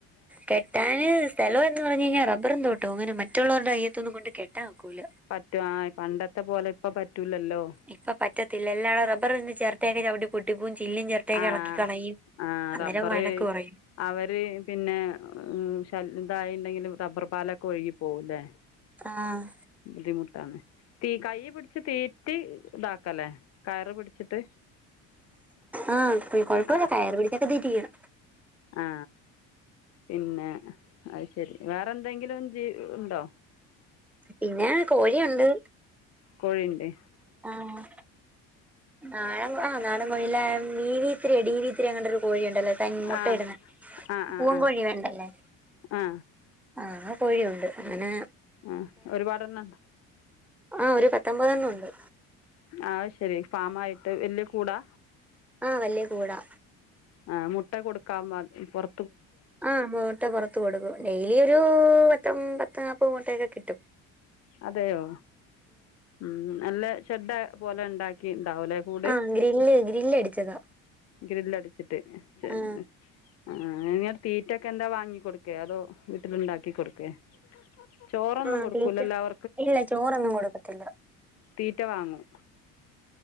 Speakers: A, in the centre; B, on the left (about 45°).
A: കെട്ടാാന് സ്ഥലം എന്ന് പറഞ്ഞ കഴിഞ്ഞൽ റബ്ബറും തോട്ടം അങ്ങനെ മറ്റുള്ളവരുടെ അയ്യത്തൊന്നും കൊണ്ട് കെട്ടാൻ നോക്കൂല്ലേ
B: പറ്റു ആ പണ്ടത്തെ പോലെ ഇപ്പം പറ്റില്ലല്ലോ
A: ഇപ്പൊ പറ്റത്തില്ല റബറിന്ന് ചിരത്തയാക്കെ ചവിട്ട പൊട്ടി പോവും ചില്ലും ചർുത്തേക്കെ
B: ആ
A: ഇളക്കി കളയും
B: ആ
A: അന്നേരം
B: റബ്ബർ
A: വഴക്ക് പറയും
B: അവര് പിന്നെ മം ഷാ ഇതായിണ്ടെങ്കിലിൽ റബ്ബർപാലൊക്കെ ഒഴുകി പോവുല്ലേ
A: ആഹ്
B: ബുധിമുട്ടാണ് തീ കൈ പിടിച്ച് തീറ്റി ഇതാക്കല്ലേ കയറ് പിടിച്ചിട്ട്
A: ആഹ കൊഴപ്പമില്ല
B: ആ
A: കയറ് പിടിച്ചൊക്കെ തീറ്റികും
B: ആ പിന്നെ അത് ശരി വേറെന്തെങ്കിലും ജീ ഉണ്ടോ
A: പിന്നെ കോയിയിണ്ട്
B: കോഴിയിണ്ടേ
A: ആഹ് ആയാ ആഹ് നാടൻ കോഴിയിലെ വിവിത്രീ ഡി വി ത്രീ എങ്ങഡ് ഒരു കോഴിയുണ്ട് ണ്ടല്ല മുട്ടയിടുന്ന
B: ആ ആ
A: പൂവൻക്കോഴി
B: ആ ആ
A: വേണ്ടല്ലേ
B: ആ ആ
A: ആ കോഴിയും ഉണ്ട് അങ്ങനെ
B: ആ ഒരുപാട് എണ്ണം ഉണ്ടോ
A: ആഹ് ഒരു പത്തൊമ്പത് എണ്ണ മുണ്ട്
B: ആ ശരി ഫാമ ആയിട്ട് വല്യ കൂടാ
A: ആഹ് വല്ല്യാ കൂടാ
B: ആ മുട്ട കൊടുക്കാവ പെറ
A: ആ മുട്ട പുറത്ത് കൊടുക്കും ഡെയിലി ഒരു പത്ത പത്ത് നാപ്പത് മെട്ടയൊക്കെ കിട്ടും
B: അതെയോ ഉം നല്ല ഷെഡ പോലെ ഒണ്ടാക്കി ചാവല കൂടെ
A: ആ ഗ്രില്ല് ഗ്രില്ല് അടിച്ചതാ
B: ഗ്രില്ല് അടിച്ചിട്ട് വെച്ചേ
A: ആ
B: ആ നിങ്ങൾ തീറ്റൊക്കെ എന്താ വാങ്ങിക്കൊടുക്കേ അതോ വീട്ടിൽ ഒണ്ടാക്കി കൊടുക്കെ ചോറൊന്നും
A: ആ
B: കൊടുക്കൂ
A: തീറ്റ
B: എല്ലാവ
A: ഇല്ല ചോറൊന്ന കൊടുക്കത്തില്ല
B: തീറ്റ വാങ്ങും